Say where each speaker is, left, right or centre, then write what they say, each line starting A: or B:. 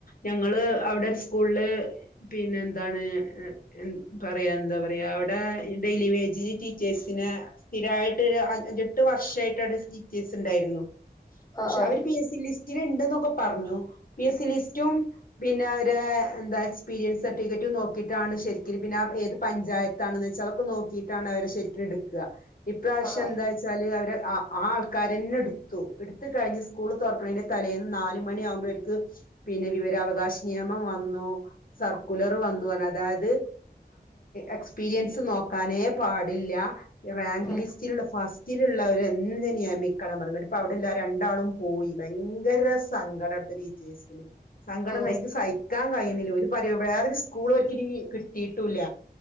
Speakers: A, on the left; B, on the left.
A: ഞങ്ങള് അവിടൊരു സ്കൂളില് പിന്നെ എന്താണ് എ പറയാ എന്താ പറയാ അവിടെ ഡെയിലി വേജന് ടീച്ചേഴ്സിനെ സ്ഥിരയിട്ട് ഒരു ആഞ്ചേ എട്ട് വർഷയിട്ട് അടെ ടീച്ചേഴ്സ് ഇണ്ടായിരുന്നു പക്ഷെ
B: ആഹ് ആഹ്
A: അവര് പി എസ് സി ലിസ് റ്റില് ഇണ്ടെന്നൊക്കെ പറഞ്ഞു പി എസ് സി ലിസ്റ്റും പിന്നെ അവരെ എന്താ എക്സ്പീരിയൻസ് സർട്ടിഫിക്കറ്റ് നോക്കിയിട്ടാണ് ശരിക്കിനും പിന്നെ ഏത് പഞ്ചായത്താണെന്ന് വെച്ച ഒക്കെ നോക്കിയിട്ടാണ് അവരെ ശരിക്കും എടുക ഇപ്രാവശ്യം
B: ആഹ്
A: എന്താ വച്ചാല് അവരെ ആ ആ ആൾക്കാരന്നെ എടുത്തു എടുത്ത കഴിഞ്ഞ് സ്കൂൾ തുറക്കണന് തലേന്ന് നാല മണിയ ആകുമ്പോൾ അവർക്ക് പിന്നെ വിവരാവകാശ നിയമം വന്നു സർക്കുലർ വന്നു അതായത് എക്സ്പീരിയൻസ് നോ കാനേ പാടില്ല റാങ്ക്
B: ആഹ്
A: ലിസ്റ്റിലുള്ള ഫസ്റ്റ് ലിസ്റ്റലുള്ളവര് എന്തമിക്കണം പറഞ്ഞ കേട്ട് ഇപ്പ അവിടെല്ല രണ്ടാളും പോയി ഭയങ്കര സങ്കടം അവിടെത്തെ ടീച്ചേഴ്സിന്- സങ്കടം
B: ഉം
A: എനിക്ക് സഹിക്കാൻ കഴിയുന്നില്ല ഒരു വേറൊരു സ്കൂൾ അവർക്കിനി കിട്ടിയിട്ടുല്ല